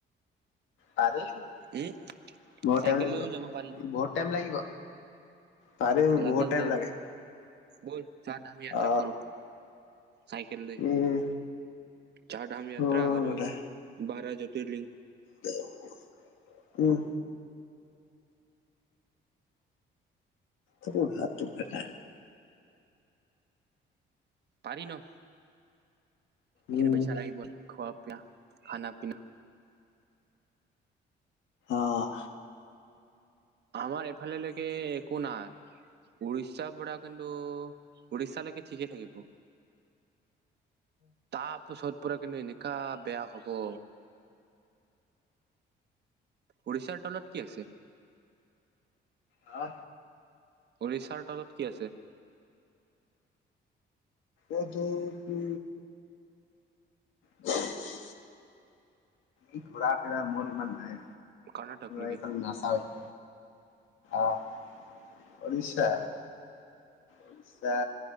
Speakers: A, on the left; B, on the right.
A: পাৰি বহুত
B: উম চাইকেল
A: টাইম লাগিব,
B: লৈও যাব পাৰি
A: বহুত টাইম লাগিব। পাৰিম
B: ন লাডাখ
A: বহুত টাইম
B: যাওঁ
A: লাগে।
B: ব'ল চাৰ ধামি যাত্ৰা
A: অ
B: কৰো চাইকেল লৈ।
A: উম
B: চাৰ ধামি যাত্ৰা
A: উম
B: আৰু
A: বেটা
B: বাৰ জতিলিং।
A: <unintelligible> উম। তোৰ বোলে হাত ফাটা।
B: পাৰি ন। সেইখিনি
A: উম
B: পইচা লাগিব খোৱা-পিয়া, খানা-পিনা।
A: অহ।
B: আমাৰ এফালেলৈকে একো নাই। উৰিষ্যাৰ পৰা কিন্তু, উৰিষ্যাালৈকে ঠিকেই থাকিব। তাৰপিছত পুৰা কিন্তু এনেকা বেয়া হ'ব। উৰিষ্যাৰ তলত কি আছে?
A: হা?
B: উৰিষ্যাৰ তলত কি আছে?
A: এইটো কি <unintelligible> ই ঘূৰা-ফিৰা মোৰ ইমান নাই,
B: কৰ্ণাটক নেকি
A: এইফালে নাচাওৱেই। অহ, উৰিষ্যা, উৰিষ্যা